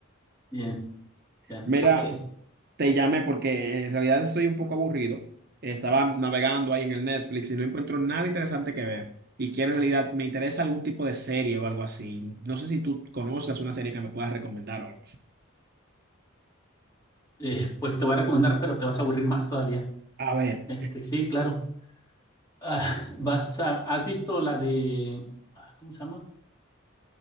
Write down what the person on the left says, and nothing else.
bien, ya,
ok.
Eh, pues te voy a recomendar, pero te vas a aburrir más todavía.
Este, sí, claro. Ah, vas a- ¿has visto la de, ah, ¿cómo se llama?